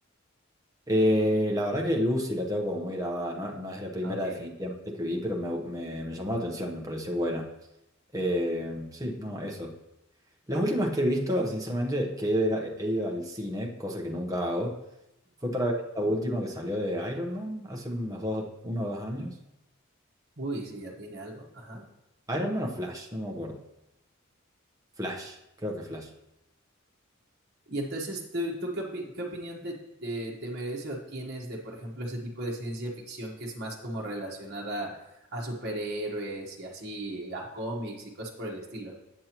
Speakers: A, on the right; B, on the right.
A: eh, la verdad que Lucy la tengo como muy grabada, no, no es la primera
B: Ah, Ok.
A: definitivamente que vi, pero me, me- me llamó la atención, me pareció buena. Eh, sí, no, eso. Las últimas que he visto, sinceramente, que he ido, a ir a- he ido al cine, cosa que nunca hago, fue para ver la última que salió de Iron Man hace unos dos, uno o dos años.
B: Uy, sí, ya tiene algo. Ajá.
A: Iron Man o Flash, no me acuerdo. Flash, creo que Flash.
B: Y entonces, ¿tú, tú qué, opi- qué opinión te, te, te merece o tienes de, por ejemplo, ese tipo de ciencia ficción que es más como relacionada a superhéroes y así, a cómics y cosas por el estilo?